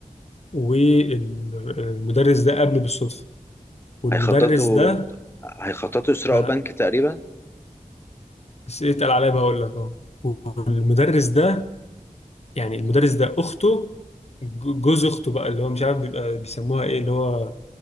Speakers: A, on the left (about 45°); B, on the left (about 15°).
A: والمدرس ده قابله بالصدفة والمدرس
B: هيخططوا
A: ده
B: هيخططوا يسرقوا
A: ما انا
B: بنك تقريبا
A: بس ايه اتقل عليا بقول لك اهو والمدرس ده يعني المدرس ده اخته ج- جوز اخته بقى اللي هو مش عارف بيبقى بيسموها ايه اللي هو